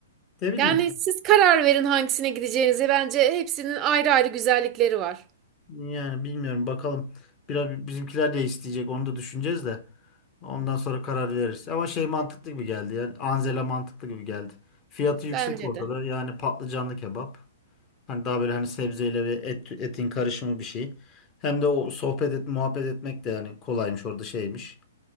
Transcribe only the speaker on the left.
Ne bileyim
yani bilmiyorum bakalım. Biraz bizimkiler de isteyecek onu da düşüneceğiz de. Ondan sonra karar veririz. Ama şey mantıklı gibi geldi yani Anzela mantıklı gibi geldi. Fiyatı yüksek
ortada
yani patlıcanlı kebap. Hani daha böyle hani sebzeyle ve et, etin karışımı bir şey. Hem de o sohbet et, muhabbet etmek de yani kolaymış orada şeymiş.